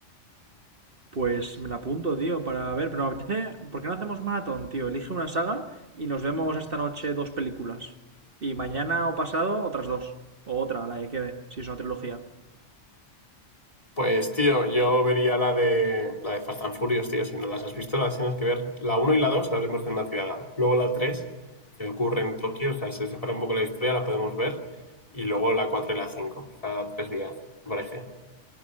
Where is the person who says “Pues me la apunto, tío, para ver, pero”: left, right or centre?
Right